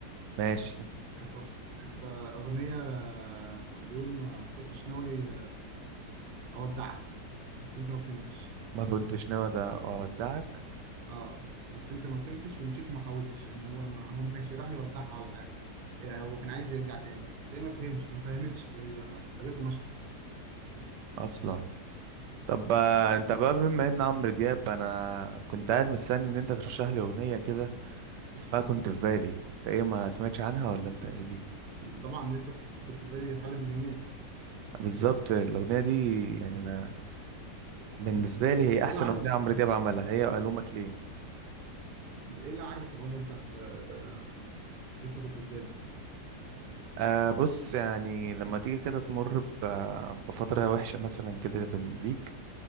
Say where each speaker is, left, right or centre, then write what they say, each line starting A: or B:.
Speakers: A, on the right (about 80°); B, on the right (about 55°).
A: ماشي
B: كانت أغ- كانت أغنية بيقول ما ما كنتش ناوي أودعك بس أنت ما فهمتش
A: ما كنتش ناوي أد- أودعك
B: أه بس أنت ما فهمتش ومشيت وما حاولتش يعني هو ما هو ما كانش راح يودعها ولا حاجة يعني هو كان عايز يرجع تاني بس هي ما فهمش ما فهمتش هي سابته ومشت
A: أصلا طب بقى انت بقى بما ان عمرو دياب انا كنت قاعد مستني ان انت ترشح لي اغنيه كده اسمها كنت في بالي انت ايه ما سمعتش عنها ولا انت ايه دي
B: فطبعا لسه كنت في بالي حل من يومين
A: بالظبط الاغنيه دي يعني انا بالنسبه لي هي احسن
B: إيه اللي عجبك
A: اغنيه
B: في
A: عمرو
B: الأغنية
A: دياب عملها هي وألومك ليه
B: دي؟ إيه اللي عجبك في الأغنية دي بتاعت آه، لسه كنت في بالي
A: آه بص يعني لما تيجي كده تمر ب- بفترة وحشة مثلا كده بين ليك